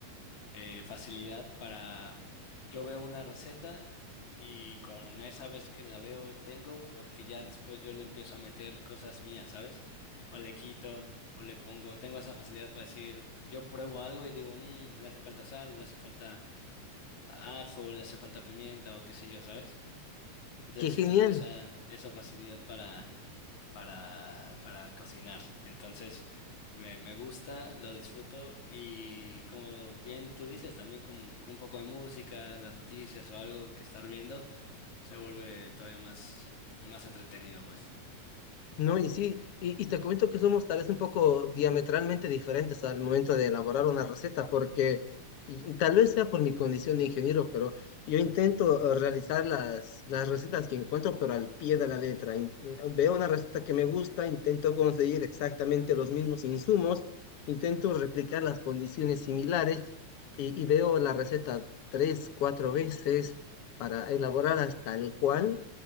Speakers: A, on the left (about 70°); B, on the left (about 60°).
A: eh, facilidad para... Yo veo una receta y con esa vez que la veo tengo porque ya después yo le empiezo a meter cosas mías, ¿sabes? O le quito o le pongo. Tengo esa facilidad para decir, yo pruebo algo y digo, "Mm, le hace falta sal, o le hace falta ajo, o le hace falta pimienta o qué sé yo, ¿sabes? Entonces
B: ¡Qué genial!
A: sí tengo esa, esa facilidad para para, para cocinar. Entonces, me, me gusta, lo disfruto y como bien tú dices, también con, con un poco de música, las noticias o algo que estar viendo, se vuelve todavía más, más entretenido, pues.
B: No, y sí, y, y te comento que somos tal vez un poco diametralmente diferentes al momento de elaborar una receta, porque y- tal vez sea por mi condición de ingeniero, pero yo intento eh, realizar las, las recetas que encuentro, pero al pie de la letra. In- eh, Veo una receta que me gusta, intento conseguir exactamente los mismos insumos, intento replicar las condiciones similares y, y veo la receta tres, cuatro veces para elaborarlas tal cual